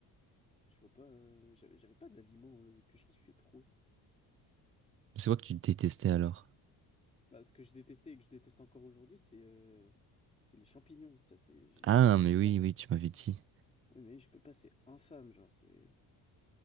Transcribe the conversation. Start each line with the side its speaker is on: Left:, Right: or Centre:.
Left: je vois pas. euh, j'avais, j'avais pas d'aliments euh, que je kiffais trop.
Right: C'est quoi que tu détestais alors?
Left: Bah, ce que je détestais et que je déteste encore aujourd'hui, c'est, euh, c'est les champignons. Ça, c'est, j'ai-
Right: Ah,
Left: j'ai- je
Right: mais
Left: peux
Right: oui,
Left: pas.
Right: oui, tu m'avais dit.
Left: Oui, mais oui, je peux pas, c'est infâme, genre, c'est.